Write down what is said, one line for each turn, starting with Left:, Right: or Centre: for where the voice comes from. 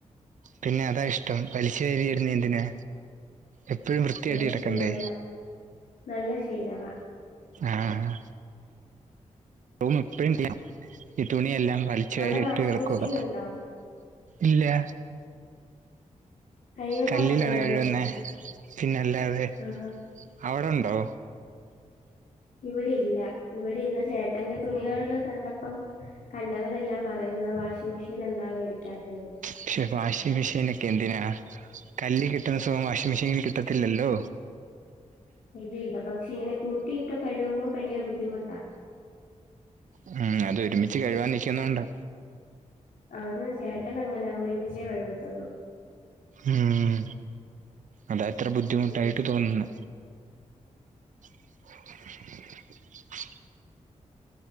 Right: പിന്നെ അതാ ഇഷ്ടം വലിച്ച് വാരി ഇടുന്നെ എന്തിനാ. എപ്പഴും വൃത്തിയായിട്ട്
Left: അത് ശരി
Right: കിടക്കണ്ടേ
Left: നല്ല നല്ല ശീലവാ
Right: ആഹ്. റൂം എപ്പഴും <unintelligible> ഈ തുണിയെല്ലാം വലിച്ച
Left: അവിടെ
Right: വാരി
Left: വാഷിംഗ്
Right: ഇട്ട് കിടക്കുക.
Left: മെഷീൻ ഉണ്ടോ
Right: ഇല്ലാ.
Left: കൈ കൊണ്ടാന്നോ
Right: കല്ലിലാണ്
Left: കഴുകുന്നേക്കെ
Right: കഴികുന്നെ. പിന്നെല്ലാതെ
Left: ആ
Right: അവിടെണ്ടോ?
Left: ഇവിടെ ഇല്ല. ഇവിടെ ഇന്ന് ചേട്ടന്റെ തുണി കഴ്കള് കണ്ടപ്പം. കണ്ടവരെ ല്ലാം പറയുന്നു വാഷിംഗ് മെഷീൻ എന്താ വേടിക്ക്യാത്തേന്ന്.
Right: പക്ഷെ വാഷിംഗ് മെഷീനൊക്കെ എന്തിനാ. കല്ല് കിട്ടുന്ന സുഖം വാഷിംഗ് മെഷീനിന് കിട്ടത്തില്ലല്ലോ?
Left: ഇല്ല ഇല്ല. പക്ഷെ ഇങ്ങനെ കൂട്ടിയിട്ടു കഴുവുമ്പം ഭയങ്കര ബുദ്ധിമുട്ടാ.
Right: ഉം അത് ഒരുമിച്ച് കഴുകാൻ നിക്കുന്നോണ്ടാ.
Left: ആന്ന്. ചേട്ടൻ അങ്ങനാ ഒരുമിച്ചേ കഴികത്തോള്ളൂ.
Right: ഉം അതാ ഇത്ര ബുദ്ധിമുട്ടായിട്ട്
Left: ഉം
Right: തോന്നുന്നെ. <inaudible>